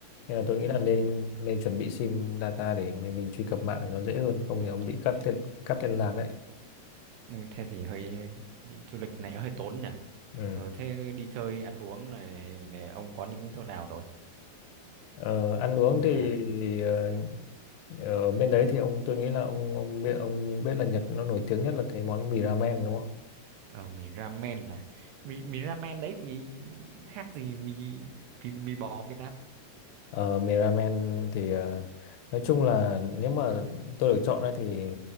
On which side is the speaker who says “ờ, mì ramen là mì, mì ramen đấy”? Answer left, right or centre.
Right